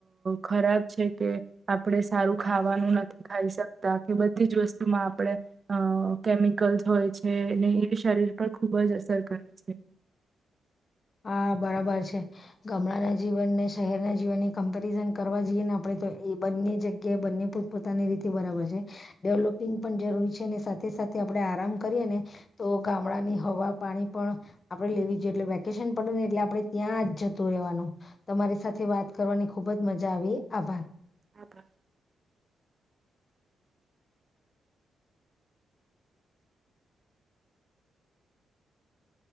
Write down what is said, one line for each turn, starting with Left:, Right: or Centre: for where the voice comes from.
Right: ખરાબ છે કે આપણે સારું ખાવાનું નથી ખાઈ શકતા કે બધી જ વસ્તુમાં આપણે અ કેમિકલ્સ હોય છે ને એ શરીર પર ખૂબ જ અસર કરે છે
Left: હ બરાબર છે ગામડાના જીવન ને શહેરના જીવનને કમ્પેરિઝન કરવા જઈએ ને આપડણે તો એ બંને જગ્યાએ બંને પોતપોતાની રીતે બરાબર છે ડેવલોપિંગ પણ જરૂરી છે સાથે સાથે આપડે આરામ કરીએ ને તો ગામડાની હવા પાણી પણ આપડે લેવી જોઈએ એટલે વેકે ડ એટલે આપણે ત્યાં જ જતું રહેવાનું તમારી સાથે વાત કરવાની ખુબ જ મજા આવી આભાર
Right: હા હા